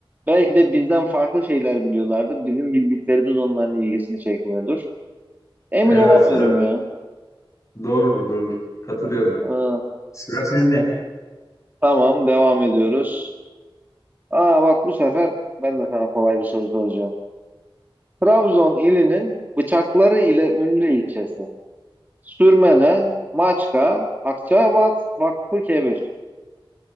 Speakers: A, on the right; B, on the left.
A: Belki de bizden farklı şeyler biliyorlardır. Bizim bildiklerimiz onların ilgisini çekmiyordur. Emin
B: Evet
A: olamıyorum
B: evet.
A: ya.
B: Doğrudur doğru. Katılıyorum.
A: Ee,
B: Sıra sende.
A: tamam devam ediyoruz. Aa bak bu sefer ben de sana kolay bir soru soracağım. Trabzon ilinin bıçakları ile ünlü ilçesi. Sürmene, Maçka, Akçaabat, Vakfıkebir.